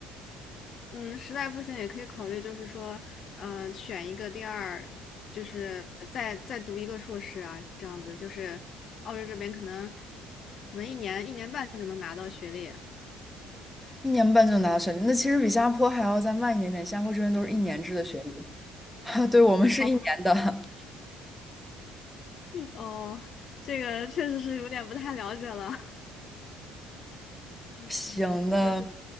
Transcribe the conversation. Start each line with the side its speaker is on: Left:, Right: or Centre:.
Left: 嗯，实在不行也可以考虑，就是说，呃，选一个第二，就是再再读一个硕士啊，这样子，就是澳洲这边可能可能一年一年半就能拿到学历，啊，
Centre: 一年半就拿到学历，那其实比新加坡还要再慢一点点。新加坡这边都是一年制的学历，<laughs> 对我们是一年的。
Left: 好吧？哦，这个确实是有点不太了解了，<laughs>
Centre: 行，那
Left: 那